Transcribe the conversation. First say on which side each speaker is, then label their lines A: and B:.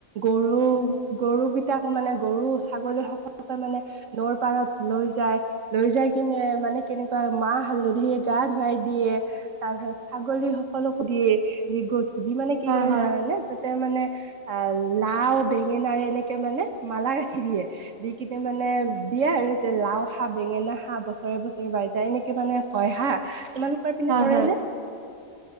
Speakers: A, on the right; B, on the right.
A: গৰু
B: উম
A: গৰুগিতাক মানে গৰু ছাগলী সকলকে মানে নৌৰ পাৰত লৈ যায়। লৈ যাই কিনে মানে কেনেকুৱা মাহ হালধিৰে গা ধুৱাই দিয়ে। তাৰপিছত ছাগলী সকলকো দিয়ে। ধি মানে কি
B: হয়
A: কৰে
B: হয়
A: জানে নে তাতে মানে আহ লাও বেঙেনাৰ এনেকে মানে মালা গাঠি দিয়ে। দি কিনে মানে দিয়ে আৰু যে লাও খা বেঙেনা খা বছৰে, বছৰে বাঢ়ি যায় এনেকে মানে কয় হা। তোমালোকৰ পিনে
B: হয়
A: কৰেনে?
B: হয়